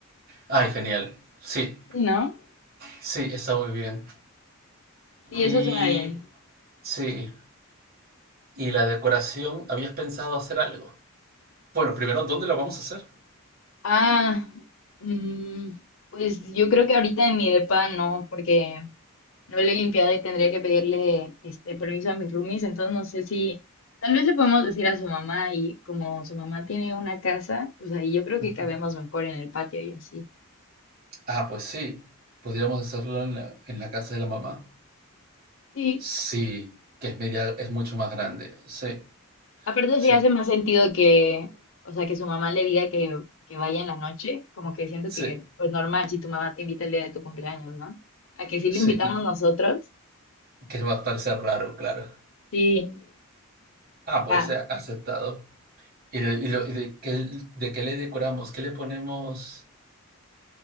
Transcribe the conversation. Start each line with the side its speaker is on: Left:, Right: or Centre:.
Right: Ay, genial. Sí,
Left: Sí, ¿no?
Right: sí, está muy bien.
Left: Sí,
Right: Y
Left: eso suena bien.
Right: sí, y la decoración, ¿habías pensado hacer algo? Bueno, primero, ¿dónde lo vamos a hacer?
Left: Ah, mm, pues yo creo que ahorita en mi depa no, porque no le he limpiado y tendría que pedirle este permiso a mis roomies, entonces no sé si tal vez le podemos decir a su mamá y como su mamá tiene una casa, pues ahí yo creo
Right: Ujú.
Left: que cabemos mejor en el patio y así.
Right: Ah, pues sí, podríamos hacerlo en la, en la casa de la mamá.
Left: Sí,
Right: Sí, que es media, es mucho más grande. Sí,
Left: Aparte
Right: sí,
Left: sí hace más sentido que, o sea, que su mamá le diga que, que vaya en la noche, como que siento
Right: sí,
Left: que, pues normal, si tu mamá te invita el día de tu cumpleaños, ¿no? A que sí
Right: sí,
Left: lo invitamos
Right: y
Left: nosotros,
Right: que va a parecer raro, claro.
Left: sí,
Right: Ah,
Left: va.
Right: pues eh, aceptado. ¿Y, de, y lo- y de qué, de qué le decoramos? ¿Qué le ponemos?